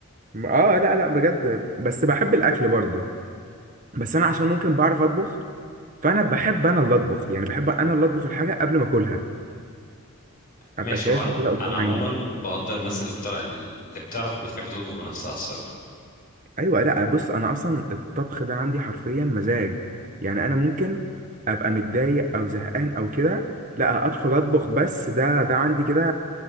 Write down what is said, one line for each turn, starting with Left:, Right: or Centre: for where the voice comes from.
Right: اه لا لا بجد بس بحب الاكل برضو بس انا عشان ممكن بعرف اطبخ فانا بحب انا اللي اطبخ يعني بحب انا اللي اطبخ الحاجه قبل ما اكلها
Left: ماشي
Right: ابقى شايفها
Left: هو انا
Right: كده قدام
Left: انا عموما
Right: عيني
Left: بقدر الناس اللي بتعرف اللي بتعرف وبتحب تطبخ بنفسها الصراحه
Right: ايوه لا بص انا اصلا الطبخ ده عندي حرفيا مزاج يعني انا ممكن ابقى متضايق او زهقان او كده لا ادخل اطبخ بس ده ده عندي كده